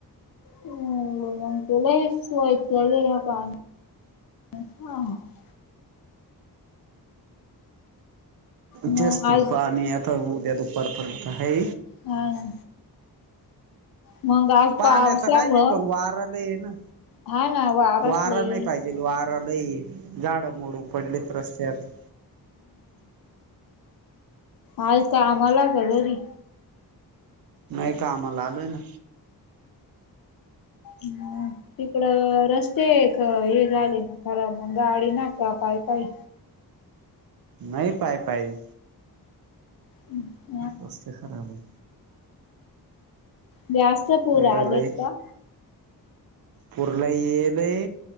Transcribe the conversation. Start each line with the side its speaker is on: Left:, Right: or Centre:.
Left: हो मग तर लईच वाईट पडेल या पाण्यानं. <inaudible> मग
Right: तेच त
Left: आज
Right: पाणी आता उद्या दुपारपर्यंत आहे.
Left: हा ना? मग आज
Right: पाण्याचा
Left: पावसामुळ,
Right: काय नाही पण वारा लय आहे ना
Left: हा ना वाराच
Right: वारा
Left: लई
Right: नाही
Left: ये.
Right: पाहिजेल वारा लई ये. झाडं मोडून पडलेत रस्त्यात.
Left: आज कामाला का घरी?
Right: नाही कामाला आलोय ना.
Left: हम ते. इकड रस्ते हे झाले ना खराब. मग गाडीन का पाय पाय.
Right: नाही पाय पाई.
Left: हम्!
Right: रस्ते खराब ये.
Left: जास्त
Right: आहे
Left: पूर
Right: इडलय
Left: आलेत का?
Right: पुर लई येईल ये.